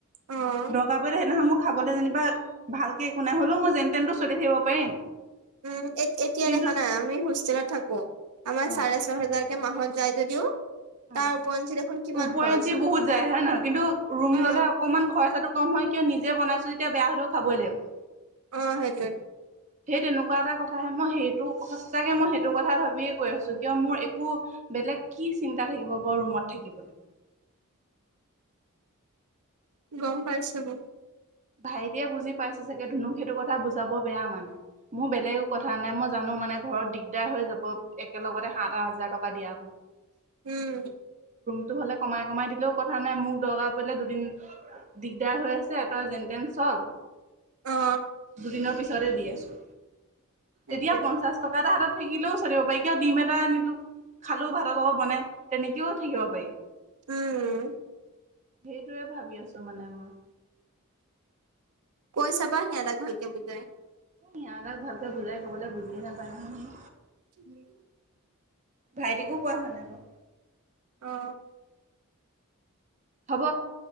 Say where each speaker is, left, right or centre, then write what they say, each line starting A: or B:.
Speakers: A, on the right; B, on the right.
A: অ',
B: দৰকাৰ পৰিলে সেইদিনা মোক খাবলৈ যেনিবা ভালকে একো নাই হ'লেও মই যেন তেনটো চলি থাকিব পাৰিম।
A: উম, এক এতিয়া
B: কিন্তু
A: দেখা নাই আমি হোষ্টেলত থাকোঁ, আমাৰ
B: অ
A: চাৰে ছ হেজাৰ এক মাহত যায় যদিও
B: উ,
A: তাৰ ওপৰঞ্চি দেখোন কিমান
B: ওপৰেঞ্চি
A: খৰচ হয়
B: বহুত যায় হে নহয় কিন্তু ৰুম
A: অ',
B: ল'লে অকনমান খৰচাটো কম হয় কিয় নিজে বনাইছোঁ তেতিয়া বেয়া হ'লেও খাবই লাগিব।
A: অ' সেইটোয়ে।
B: সেই তেনেকুৱা এটা কথাহে মই সেইটো সঁচাকে মই সেইটো কথা ভাবিয়ে কৈ আছোঁ কিয় মোৰ একো বেলেগ কি চিন্তা থাকিব বাৰু ৰুমত থাকিবলৈ।
A: গম পাইছো মই।
B: ভাইটিয়ে বুজি পাইছে চাগে ধুনুক সেইটো কথা বুজাব বেয়া মানে মোৰ বেলেগ কথা নাই মই জানোঁ মানে ঘৰত দিগদাৰ হৈ যাব একেলগতে সাত আঠ হাজাৰ টকা দিয়া।
A: উম।
B: তটো হ'লে কমাই কমাই দিলেও কথা নাই, মোক দৰকাৰ পৰিলে দুদিন দিগদাৰ হৈ আছে যেনতেন চল,
A: অ
B: দুদিনৰ পিছতে দি আছোঁ।
A: সেইটোৱে
B: এতিয়া পঞ্চাশ টকা এটা হাতত থাকিলেও চলিব পাৰি কিয় ডিম এটা আনিলোঁ খালোঁ ভাতৰ লগত বনাই, তেনেকেও থাকিব পাৰি।
A: উম।
B: সেইটোৱে ভাবি আছোঁ মানে মই।
A: কৈ চাবা সিহঁতক ভালকে বুজায়।
B: ইহঁতক ভালকে বুজাই ক'বলৈ বুজিয়ে নাপায় নহয়।
A: উম।
B: ভাইটিকো কোৱা হোৱা নাই বাৰু।
A: অ
B: হ'ব।